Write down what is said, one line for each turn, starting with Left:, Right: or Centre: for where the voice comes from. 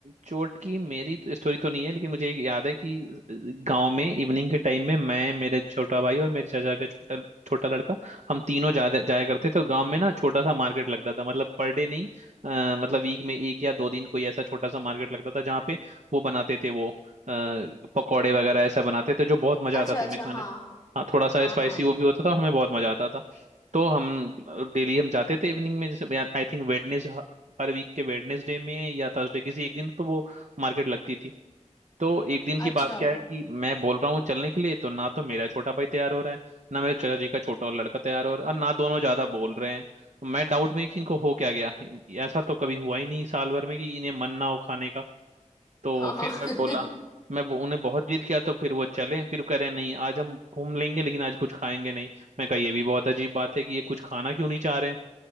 Right: चोट की मेरी तो स्टोरी तो नहीं है लेकिन मुझे एक याद है कि गांव में इवनिंग के टाइम में मैं मेरे छोटा भाई और मेरे चाचा का छोटा छोटा लड़का हम तीनों जाया जाया करते थे तो गांव में ना छोटा सा मार्केट लगता था मतलब पर डे नहीं अ, मतलब वीक में एक या दो दिन कोई ऐसा छोटा सा मार्केट लगता था जहाँ पे वो बनाते थे वो अ, पकौड़े वगैरह ऐसा बनाते थे जो बहुत मजा
Left: अच्छा
Right: आता था
Left: अच्छा
Right: हमें खाने
Left: हाँ
Right: हाँ थोड़ा सा
Left: हाँ
Right: स्पाइसी
Left: हाँ
Right: वो भी होता था और हमें बहुत मजा आता था तो हम डेली हम जाते थे इवनिंग में जैसे आई थिंक वेडनेस हर वीक के वेडनेसडे में या थर्सडे किसी एक दिन तो वो मार्केट लगती थी तो एक दिन की
Left: अच्छा
Right: बात क्या है कि मैं बोल रहा हूँ चलने के लिए तो ना तो मेरा छोटा भाई तैयार हो रहा है ना मेरे चाचा जी का छोटा और लड़का तैयार हो रहा है और ना दोनों ज्यादा बोल रहे हैं तो मैं डाउट में कि इनको हो क्या गया इन- ऐसा तो कभी हुआ ही नहीं साल भर में कि इन्हें मन ना हो खाने का तो
Left: हाँ हाँ
Right: फिर
Left: <laughs>
Right: मैं बोला मैं वो- उन्हें बहुत जिद किया तो फिर वो चले फिर वो कह रहे नहीं आज हम घूम लेंगे लेकिन आज कुछ खाएंगे नहीं मैं कहा ये भी बहुत अजीब बात है कि ये कुछ खाना क्यों नहीं चाह रहे हैं